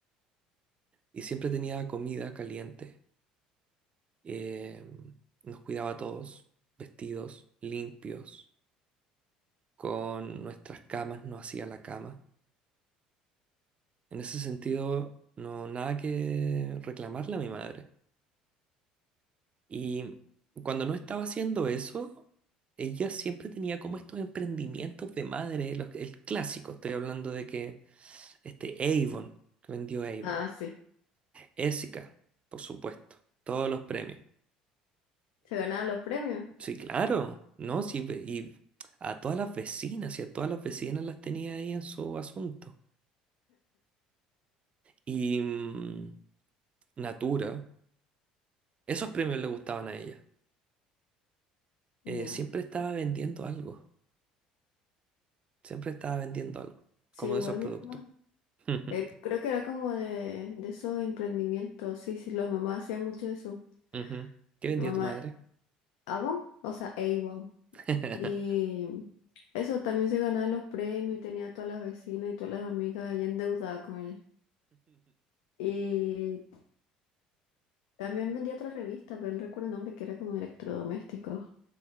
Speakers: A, on the right; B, on the left.
A: y siempre tenía comida caliente eh, nos cuidaba a todos, vestidos, limpios, con nuestras camas, no hacía la cama. En ese sentido, no, nada que reclamarle a mi madre. Y cuando no estaba haciendo eso, ella siempre tenía como estos emprendimientos de madre, los- el clásico, estoy hablando de que este Avon, que vendió Avon,
B: Ah, sí,
A: Essica, por supuesto, todos los premios.
B: se ganaba los premios.
A: Sí, claro, ¿no? Sí, ve- y a todas las vecinas, y a todas las vecinas las tenía ahí en su asunto. Y mm, Natura, esos premios le gustaban a ella. Eh,
B: Ya.
A: siempre estaba vendiendo algo, siempre estaba vendiendo algo,
B: Sí,
A: como
B: igual
A: de esos productos.
B: mi mamá.
A: <laughs>
B: Eh, creo que era como de, de esos emprendimientos, sí, sí, las mamás hacían mucho eso.
A: Ujú. ¿Qué vendía
B: Mi mamá,
A: tu madre?
B: Avon, o sea, Avon.
A: <laughs>
B: Y eso, también se ganaba los premios y tenía a todas las vecinas y todas las amigas ahí endeudadas con ella. Y también vendía otra revista, pero no recuerdo el nombre, que era como de electrodomésticos.